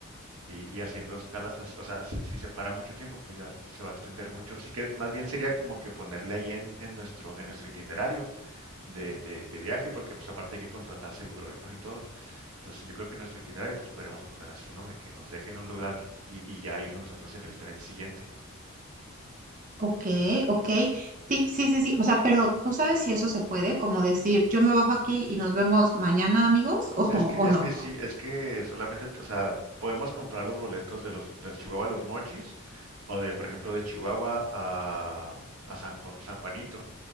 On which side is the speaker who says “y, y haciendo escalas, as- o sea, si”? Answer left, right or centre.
Right